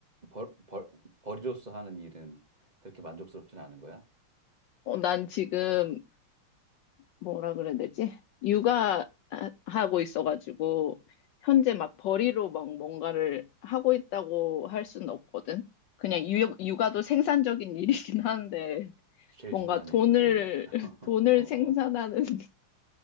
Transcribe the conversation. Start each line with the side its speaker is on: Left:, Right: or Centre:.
Right: 벌, 벌, 벌이로서 하는 일은 그렇게 만족스럽진 않은 거야?
Left: 어, 난 지금 뭐라 그래야 되지? 육아하고 있어가지고, 현재 막 벌이로 막 뭔가를 하고 있다고 할 수는 없거든. 그냥 유, 육아도 생산적인 <laughs> 일이긴 한데,
Right: 제일
Left: 뭔가
Right: 중요한
Left: 돈을,
Right: 일이지. <laughs>
Left: <laughs> 돈을
Right: 어, 어,
Left: 생산하는 <laughs>